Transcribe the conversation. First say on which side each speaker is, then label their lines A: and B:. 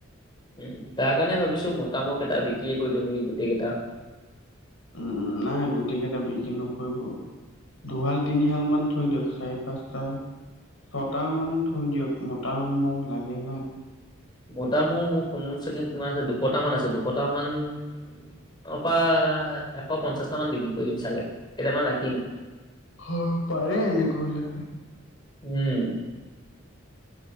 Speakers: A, on the left (about 20°); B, on the left (about 80°).
A: উম তাৰ কাৰণে ভাবিছো মতামৰ কেইটা বিক্ৰী কৰি দিওঁ নেকি গোটেই কেইটা,
B: উম উম নাই গোটেই কেইটা বিক্ৰী নকৰিব। দুহাল তিনিশাল মান থৈ দিয়ক চাৰি পাঁচটা। ছটামান মান থৈ দিয়ক মতাসমূহ লাগে ন।
A: মতা মোৰ মোৰ কম চকং কিমান আছে দুশটামান আছে দুশটা মান, তাৰ অপ এশ পঞ্চাশটা মান বিক্ৰী কৰি দিম চাগে কেইটামান ৰাখিম।
B: হয় পাৰে এনেকুৱা হলে,
A: উম